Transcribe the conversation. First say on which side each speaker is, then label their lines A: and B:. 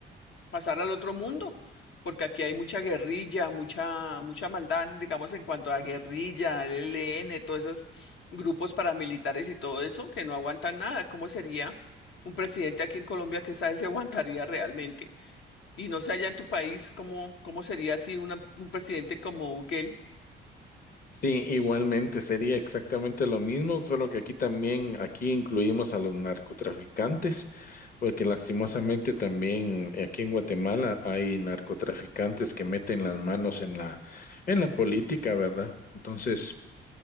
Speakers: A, on the left (about 70°); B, on the left (about 45°).
A: pasar al otro mundo, porque aquí hay mucha guerrilla, mucha, mucha maldad, digamos, en cuanto a guerrilla, el ELN, todos esos grupos paramilitares y todo eso, que no aguantan nada. ¿Cómo sería un presidente aquí en Colombia que sabe si aguantaría realmente? Y no sé allá en tu país cómo, cómo sería así una- un presidente como Bukele.
B: Sí, igualmente sería exactamente lo mismo, solo que aquí también, aquí incluimos a los narcotraficantes, porque lastimosamente también eh, aquí en Guatemala hay narcotraficantes que meten las manos en la, en la política, ¿verdad? Entonces,